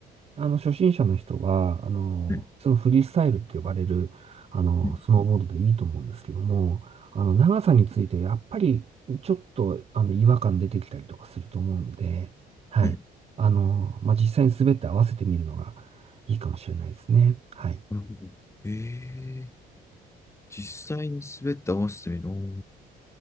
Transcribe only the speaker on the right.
あの、初心者の人が、あの、
そのフリースタイルって呼ばれる、あの、
スノーボードでいいと思うんですけども、あの、長さについてやっぱり、ちょっと、あの、違和感出てきたりとかすると思うので、はい。
あの、まあ、実際に滑って合わせてみるのがいいかもしれないですね。はい。